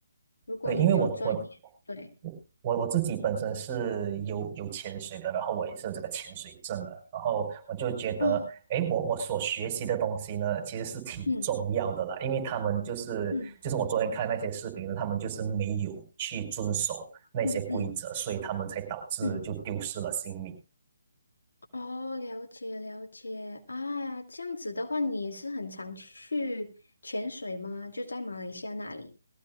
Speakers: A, on the left; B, on the right.
A: 如果你没有专业，
B: 对，因为我我
A: 对。
B: 我我我自己本身是有有潜水的，然后我也是有这个潜水证的，然后我就觉得，
A: 哦，
B: 诶，我我所学习的东西呢，其实是挺重要的啦，
A: 嗯
B: 因为他们就是就是我昨天看那些视频呢，
A: 嗯
B: 他们就是没有去遵守那些规则，
A: 嗯嗯
B: 所以他们才导致就丢失了性命。
A: 嗯，哦，了解了解啊，这样子的话，你也是很常去潜水吗？就在马来西亚那里？